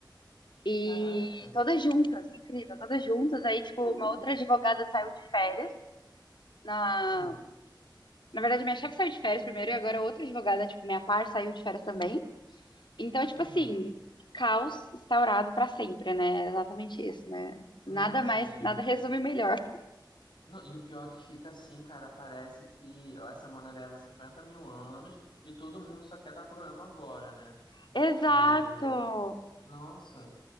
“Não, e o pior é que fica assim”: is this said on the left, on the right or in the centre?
Left